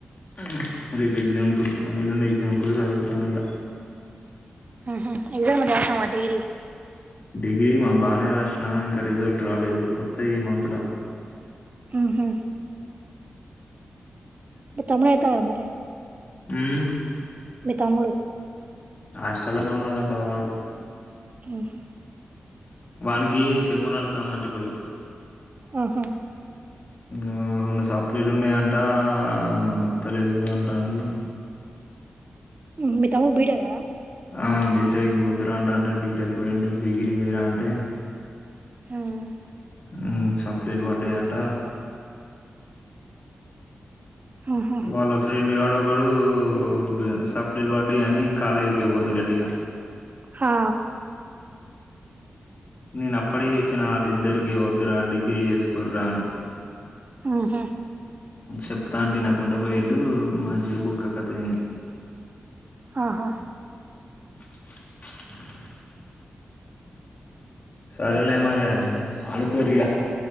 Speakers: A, on the left; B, on the right.
A: ఉమ్మ్! రేపు ఎగ్జామ్ ఉన్న, ఎల్లుండి ఎగ్జామ్ కూడా, సదువుతాను ఇగ.
B: ఉహూ, ఎగ్జామ్ ఎట్లా రాసినవ్ డిగ్రీ?
A: డిగ్రీ మా, బాగానే రాశినా. ఇంకా రిజల్ట్ రాలేదు. వస్తాయి, ఈ మంత్‌ల.
B: ఉహూ! మీ తమ్ముడు, <unintelligible> ఏటండు మరి?
A: ఉమ్మ్!
B: మీ తమ్ముడు.
A: హాస్టల్‌లోనే, ఉన్నడంట వాడు.
B: ఉమ్మ్!
A: వానికి సిమ్ నడుతందంట ఇప్పుడు.
B: ఆహా!
A: ఊ! రెండు సప్లీలూ, ఉన్నయ్ అంట. వోతలేదు అంతాండూ.
B: ఉహ్, మీ తమ్ముడు బీటెక్ ఆ?
A: ఆ, బీటెక్ వొదురా అంటంటే, బీటెక్ పోయిండు. డిగ్రీ చేయరా అంటే.
B: హ్మ్మ్!
A: హ్మ్, సప్లీలూ పడాయ్, అంట!
B: ఉహు
A: వాళ్ల ఫ్రెండ్, గాడు ఒక <unintelligible> ఇప్పుడు, బేస్ <unintelligible> సప్లీలూ వడైఅని కాలేజ్‌కి పోతలేడు ఇగ.
B: హా!
A: నేను అప్పుడే జెప్పినా, వాళ్లిద్దరికీ వొదురా, డిగ్రీ చేస్కోరా అని.
B: ఉహ్.
A: చెప్తుంటే, ఇనకుండా పోయీలు. మంచిగా బొక్క కథ అయింది.
B: ఆహా!
A: <inaudible> సరేలే! మరి. అనుకోరే ఇగ.